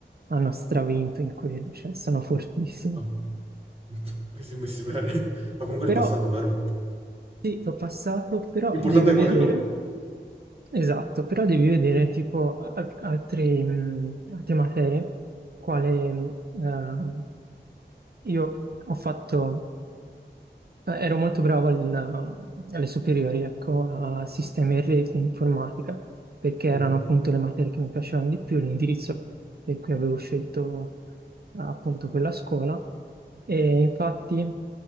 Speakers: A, on the right; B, on the right.
A: hanno stravinto in quello, cioè sono fortissimi.
B: No, <laughs> mi sono messi bene, ma comunque
A: Però
B: l'hai passato, vero?
A: sì, l'ho passato, però
B: L'importante
A: devi
B: è
A: vedere,
B: quello.
A: esatto, però devi vedere tipo al- altri, mh, altre materie, quale mh, ehm, Io ho fatto, eh, ero molto bravo al- ehm, alle superiori, ecco, a sistemi e reti e informatica, perché erano
B: Mm?
A: appunto le materie che mi piacevano di più, l'indirizzo per cui avevo scelto eh, appunto quella scuola. E infatti